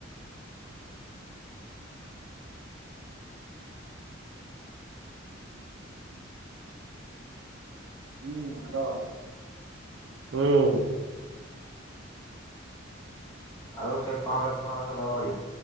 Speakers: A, on the right; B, on the left.
A: ହୁଁ ହ୍ୟାଲୋ। ହୁଁ।
B: ଆଉ ସେ କଣ କେତେ ଟଙ୍କା ନାଖେ ଦବ କହିଲା?